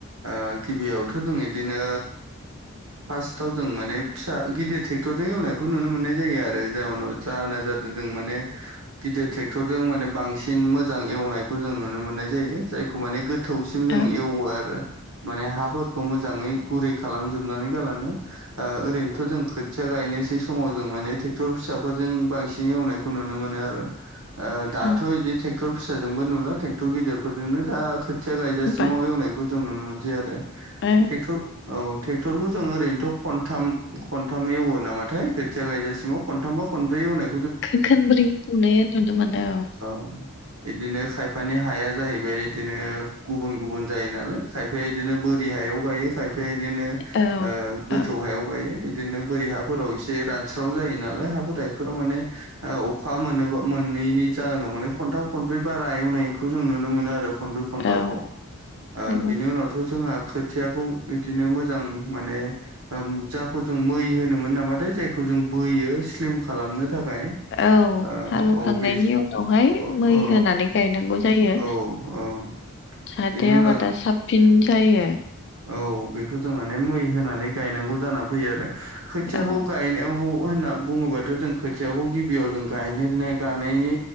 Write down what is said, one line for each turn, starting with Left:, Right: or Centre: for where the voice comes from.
Right: ओ गिबियावथ' जों इदिनो फार्स्ट थावजों माने फिसा गिदिर ट्रेक्टरजों एवनायखौ नुनो मोननाय जायो आरो जाउनाव जाहोना जादों जों माने गिदिर ट्रेक्टरजों माने बांसिन मोजां एवनायखौ जों नुनो मोननाय जायो जायखौ माने गोद थौसिम जों
Left: औ
Right: एवो आरो माने हाफोरखौ मोजाङै गुरै खालामजोबनानै गालाङो। ओरैनोथ' जों खोथि फिसा गायनोसै समाव जों माने ट्रेक्टर फिसाफोरजों बांसिन एवनायखौ नुनो मोनो आरो दाथ'
Left: औ
Right: बिदि ट्रेक्टर फिसाजोंबो नुला ट्रेक्टर गिदेरफोरजोंनो दा खोथिया गायजासिमाव
Left: होनबाय
Right: एवनाय खो जों नुनो मोनसै आरो
Left: औ
Right: टेकटर औ ट्रेक्ट'रखौ जों ओरैनोथ' खनथाम खनथाम एवो नामाथाय खोथिया गायजासिमाव खनथामबा खनब्रै एवनाय
Left: खैखोमब्रै संनाया नुनो मोनो।
Right: अ इदिनो खायफानि हाया जाहैबाय बिदिनो गुबुन गुबुन जायो नालाय। खायफाया बिदिनो बोरि हायाव गायो खायफाया बिदिनो
Left: औ औ
Right: हायाव गायो बिदिनो बोरि हाफोराव एसे रानस्राव जायो नालाय हाफोरथाय बेफोराव माने अखा मोना मोननैनि जाहोनाव माने खनथाम खनब्रै बारा एवनायखौ जों नुनो मोनो आरो खनब्रै खनबाखौ
Left: औ
Right: ओ
Left: नंगौ
Right: बिनि उनावथ' जोङो खोथियाखौ बिदिनो मोजां माने जाखौ जों मै होनोमोन नामाथाय जायखौ जों बोयो स्लिम खालामनो थाखाय
Left: औ
Right: ओ
Left: हालेवखांनायनि
Right: औ बे
Left: उनावहाय
Right: औ
Left: मै
Right: औ
Left: होनानै गायनांगौ जायो
Right: औ औ
Left: जाहाथथाय
Right: बेनि उनाव
Left: आबादा साबसिन जायो।
Right: औ बेखौ जों माने मै होनानै गायनांगौ जानानै फैयो आरो खोथियाखौ
Left: औ
Right: गायनांगौ होनना बुङोबाथ' जों खोथियाखौ गिबियाव जों गायनो गानायनि